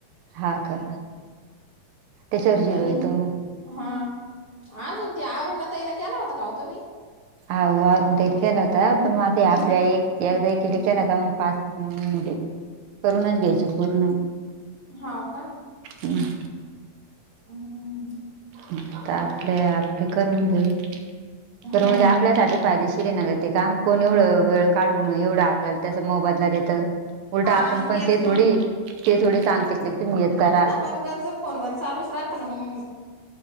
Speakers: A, on the right (about 75°); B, on the right (about 30°).
A: हा का, त्यांच्यावर झिरू
B: आणि
A: येतो.
B: हा अजून ते, अरुणताईला केला होता का ओ तुम्ही.
A: आओ आरून ताईला केलं होता, पण माझ ते
B: हम्म
A: आपल्या एक. एकदा एक केला का, मग पाच म्हणजे करूनच घ्यायचे पूर्ण.
B: हांव का.
A: अमं.
B: अं.
A: आता आपले आप्पे करून घेऊ.
B: हा
A: तर म्हणजे आपल्यासाठी फायदेशीरय ना गं ते काम. कोण एवढं वेळ काढून एवढं आपल्याला त्याचा मोबदला देतं? उलटं
B: हा
A: आपण
B: ना मग
A: पण
B: तेच
A: ते
B: ना
A: थोडी, ते थोडी सांगते की तुम्ही हे करा.
B: अन् गंजत फोनवर चालूच राहत ना मग.